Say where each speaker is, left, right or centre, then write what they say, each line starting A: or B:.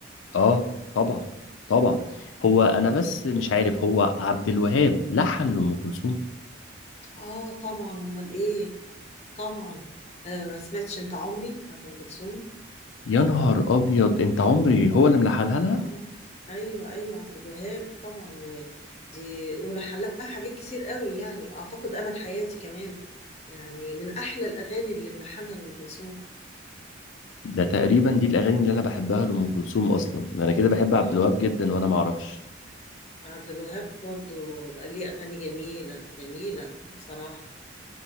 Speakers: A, on the left; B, on the left.
A: اه طبعا طبعا هو انا بس مش عارف هو عبد الوهاب لحن لأم كلثوم
B: اه طبعا أمال إيه طبعا آه ما سمعتش أنت عمري بتاعت أم كلثوم
A: يا نهار ابيض انت عمري هو اللي ملحنها لها
B: اه ايوه ايوه عبد الوهاب طبعا ودي ولحلها حاجات كتير قوي يعني اعتقد امل حياتي كمان يعني من احلى الاغاني اللي ملحنها لام كلثوم
A: ده تقريبا دي الاغاني اللي انا بحبها لأم كلثوم اصلا ده انا كده بحب عبد
B: اه
A: الوهاب جدا وانا ما اعرفش
B: عبد الوهاب برضو ليه اغاني جميله جميله بصراحه